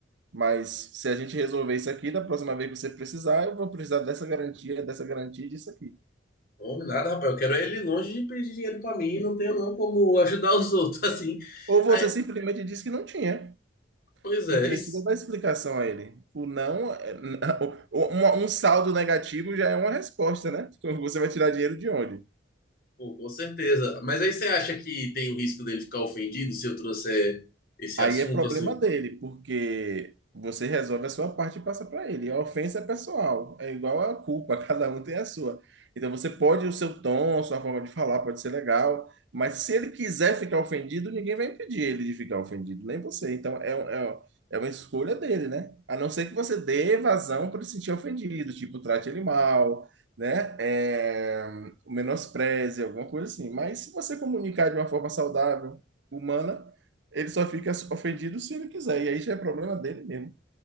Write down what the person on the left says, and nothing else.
Homem, nada, rapaz. Eu quero é ele longe de pedir dinheiro pra mim, não tenho não como ajudar os outros, <laughs> assim.
Aí,
pois
é,
isso.
Pô, com certeza. Mas aí você acha que tem o risco dele ficar ofendido se eu trouxer esse
assunto
assim?